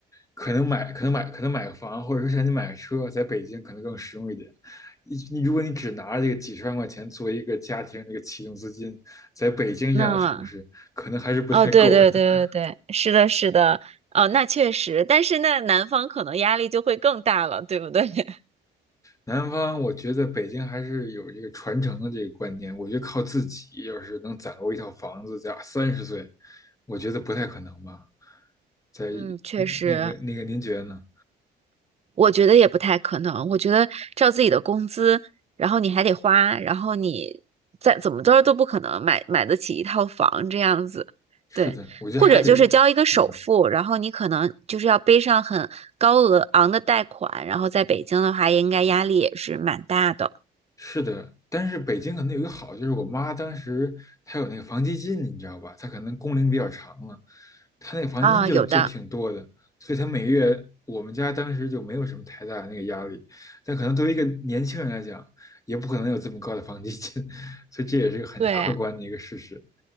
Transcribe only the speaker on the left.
可能买，可能买，可能买个房，或者说想你买个车，在北京可能更实用一点。你你如果你只拿这个几十万块钱作为一个家庭这个启动资金，在北京这样的城市，
可能还是不太够的。
<laughs>
南方，我觉得北京还是有这个传承的这个观念，我觉得靠自己要是能攒够一套房子，在三十岁，我觉得不太可能吧。在
嗯那个那个，您觉得呢？
是的，
我觉得还得，
嗯，
是的，但是北京可能有一个好，就是我妈当时她有那个房基金，你知道吧？她可能工龄比较长了，她那个房基金就就挺多的，
所以她每月我们家当时就没有什么太大的那个压力。但可能对于一个年轻人来讲，也不可能有这么高的房基金，<laughs> 所以这也是个很客观的一个事实。